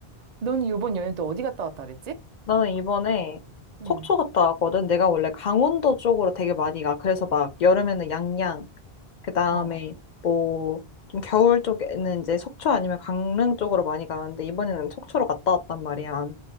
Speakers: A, on the right; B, on the left.
A: 넌 요번 연휴 또 어디 갔다 왔다 그랬지?
B: 나는 이번에
A: 응.
B: 속초 갔다 왔거든. 내가 원래 강원도 쪽으로 되게 많이 가. 그래서 막 여름에는 양양, 그 다음에
A: 어.
B: 뭐 좀 겨울 쪽에는 이제 속초 아니면 강릉 쪽으로 많이 가는데 이번에는 속초로 갔다 왔단 말이야.